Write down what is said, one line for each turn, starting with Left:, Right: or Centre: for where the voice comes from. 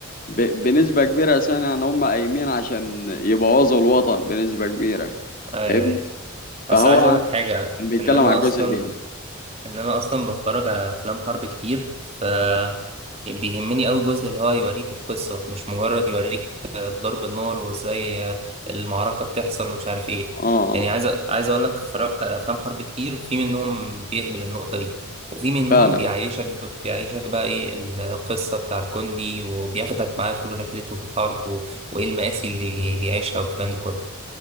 Left: ب... بنسبة كبيرة أساسا يعني هم قايمين عشان يبوظوا الوطن بنسبة كبيرة
Right: اي
Left: فاهمني
Right: اي اصل
Left: فهو
Right: عايز
Left: عن-
Right: اقول لك حاجه
Left: كان بيتكلم
Right: ان انا
Left: على الجزء
Right: اصلا
Left: ده ده.
Right: ان انا اصلا بتفرج على افلام حرب كتير ف بيهمني أوي جزء اللي هو يوريك القصة مش مجرد يوريك آه، ضرب النار وازاي آه، المعركة بتحصل ومش عارف ايه
Left: اه
Right: يعني عايز أ- عايز اقول لك اتفرجت على افلام حرب كتير في منهم بيهمل النقطة دي وفي منهم
Left: فعلا
Right: بيعيشك ب- بيعيشك بقى ايه القصة بتاع الجندي وبياخدك معاه طول رحلته في الحرب و... وايه المآسي اللي بيعيشها والكلام ده كله